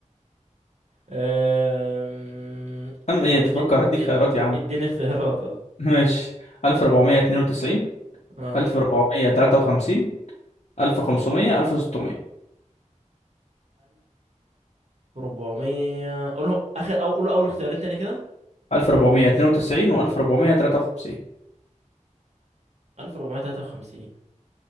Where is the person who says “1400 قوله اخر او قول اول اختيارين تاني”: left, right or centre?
Right